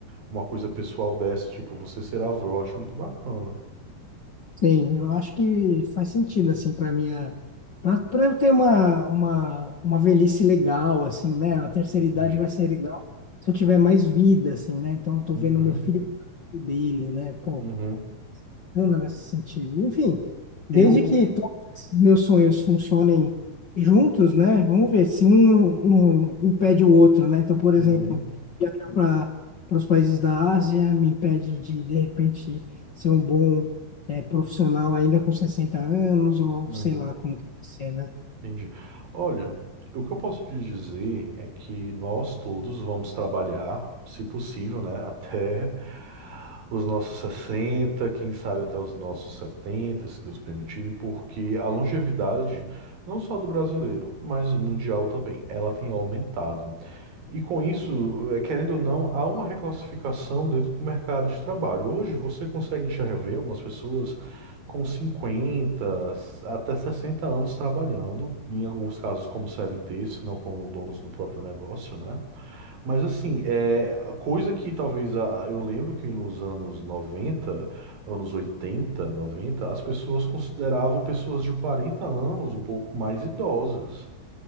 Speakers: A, on the right; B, on the left.
A: uma coisa pessoal dessa, tipo, você ser avô. Eu acho muito bacana.
B: Sim, eu acho que faz sentido, assim, para minha... Para eu ter uma, uma, uma velhice legal, assim, né? A terceira
A: Entendi.
B: idade vai ser legal se eu tiver mais vida, assim, né? Então eu tô
A: Uhum.
B: vendo meu filho dele, né? Pô,
A: Uhum.
B: bacana nesse sentido. Enfim, desde
A: Eu.
B: que todos esses meus sonhos funcionem juntos, né? Vamos ver se um, um impede o outro, né? Então, por
A: Uhum.
B: exemplo, viajar para para os países da Ásia me impede de, de repente, ser um bom eh, profissional ainda com 60 anos, ou
A: Uhum.
B: sei lá como que vai ser, né?
A: Entendi. Olha, o que eu posso te dizer é que nós todos vamos trabalhar, se possível, né, até os nossos 60, quem sabe até os nossos 70, se Deus permitir, porque a longevidade, não só do brasileiro, mas mundial também, ela tem aumentado. E com isso, eh, querendo ou não, há uma reclassificação dentro do mercado de trabalho. Hoje você consegue enxergar algumas pessoas com cinquenta até sessenta anos trabalhando, em alguns casos como CLT, se não como donos do próprio negócio, né? Mas assim, é coisa que talvez a eu lembro que nos anos noventa anos oitenta noventa as pessoas consideravam pessoas de 40 anos um pouco mais idosas.